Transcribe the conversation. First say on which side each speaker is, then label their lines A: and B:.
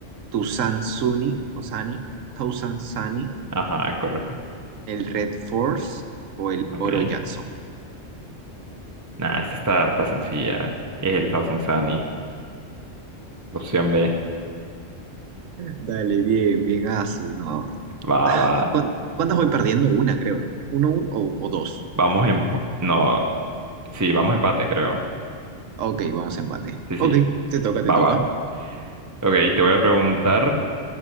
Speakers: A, on the right (about 80°); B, on the right (about 20°).
A: Tucson Sunny, o Sunny, Tucson Sunny,
B: Ajá, correcto.
A: el Red Force o el
B: Ok.
A: Oro Jackson.
B: Nada, esta está, está sencilla. Es el Thousand Sunny. Opción B.
A: Dale, bien, bien, Asu. No, no.
B: Va,
A: Ah,
B: va.
A: ¿cuán- ¿Cuántas voy perdiendo? Una, creo, ¿no? ¿Uno, un- o, o dos?
B: Vamos en... No, sí, vamos empate, creo.
A: Ok, vamos a empate.
B: Sí, sí.
A: Ok, te toca, te
B: Va,
A: toca.
B: va. Ok, te voy a preguntar,